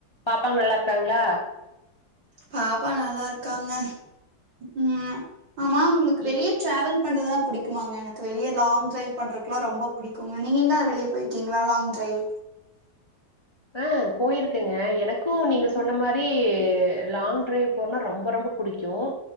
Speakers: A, on the left (about 35°); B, on the right (about 70°).
A: பாப்பாங்க நல்லா இருக்காங்களா
B: பாப்பா நல்லா இருக்காங்க ம் ஆமா உங்களுக்கு வெளிய
A: இ
B: ட்ராவல் பண்றதுலா பிடிக்குமாங்க எனக்கு வெளியே லாங் டிரைவ் பண்றக்குல்லாம் ரொம்ப பிடிக்குங்க நீங்க எங்கா வெளியே போயிருக்கீங்களா லாங் டிரைவ்
A: ஆ போயிருக்கங்க எனக்கும் நீங்க சொன்ன மாரி லாங் டிரைவ் போறனா ரொம்ப ரொம்ப புடிக்கும்